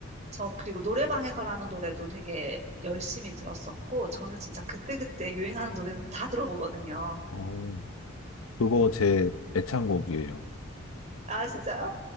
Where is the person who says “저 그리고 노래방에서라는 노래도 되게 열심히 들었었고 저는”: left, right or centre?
Right